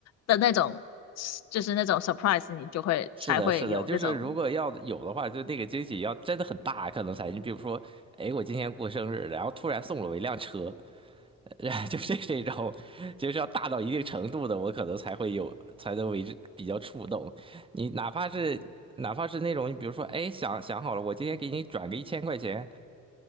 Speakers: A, on the left; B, on the right.
A: 的那种，就是那种 surprise，你就会才会有那种。
B: 是的，是的，就是如果要有的话，就那个惊喜要真的很大，可能才。你比如说，哎，我今天过生日，然后突然送了我一辆车，然后就是这种，就是要大到一定程度的，我可能才会有，才能为之比较触动。你哪怕是哪怕是那种，你比如说，哎，想想好了，我今天给你转个一千块钱，